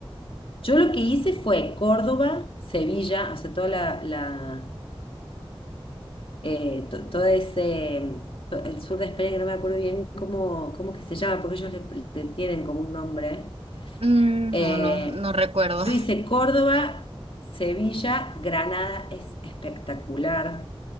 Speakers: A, on the left (about 65°); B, on the right (about 80°).
A: Yo lo que hice fue Córdoba, Sevilla, o sea, toda la, la, eh, to- todo ese, to- el sur de España, que no me acuerdo bien cómo, cómo que se llama, porque ellos le, le tienen como un nombre.
B: Mm,
A: Eh,
B: no, no, no recuerdo,
A: yo hice Córdoba, Sevilla, Granada, es espectacular.